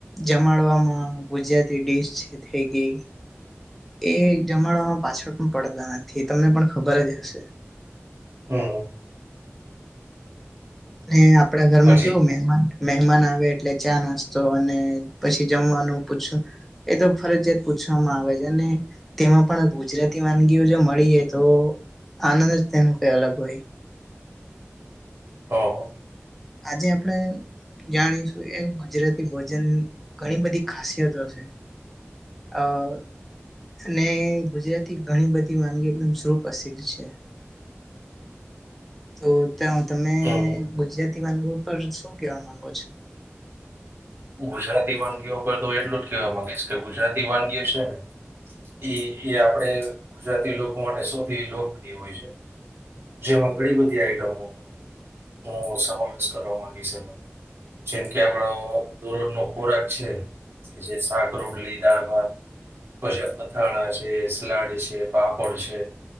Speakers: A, in the centre; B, on the right.
A: જમાડવામાં ગુજરાતી ડીશ છે થઈ ગઈ એ જમાડમાં પાછળ પણ પડતા નથી તમને પણ ખબર જ હશે
B: હા
A: ને આપણા ઘરમાં
B: પછી
A: કેવું મહેમાન મહેમાન આવે એટલે ચા નાસ્તો અને પછી જમવાનું પૂછે એ તો ફરજિયાત પૂછવામાં આવે જ અને તેમાં પણ ગુજરાતી વાનગીઓ જો મળી જાય તો આનંદ જ તેનું કઈ અલગ હોય
B: હ
A: આજે આપડે જાણીશું એમ ગુજરાતી ભોજન ઘણી બધી ખાસિયતો છે અ અને ગુજરાતી ઘણી બધી વાનગી એકદમ સુપ્રસિદ્ધ છે તો ત્યાં તમે
B: હમ
A: ગુજરાતી વાનગી પર શું કેવા માંગો છો
B: ગુજરાતી વાનગીઓ પર તો એટલું જ કેવા માંગીશ કે ગુજરાતી વાનગીઓ છે ને એ એ આપડે ગુજરાતી લોકો માટે સૌથી લોકપ્રિય હોય છે જેમાં ઘણી બધી આઈટમો નો હું સમાવેશ કરવા માંગીશ એ જેમ કે એમાં હું દરોજનો ખોરાક છે કે જે સાક રોટલી દાળ ભાત પછી અથાણા છે સલાડ છે પાપડ છે